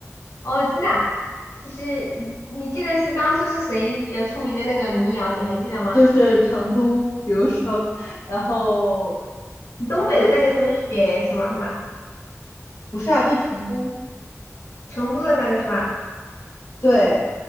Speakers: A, on the left; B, on the left.
A: 哦，真的啊就是你记得是当初是谁比较出名的那个民谣，你还记得吗？
B: 就是成都，比如说，然后
A: 东北的那个什么雪什么什么，
B: 就不是啊，就成都，
A: 成都的那个是吧？
B: 对。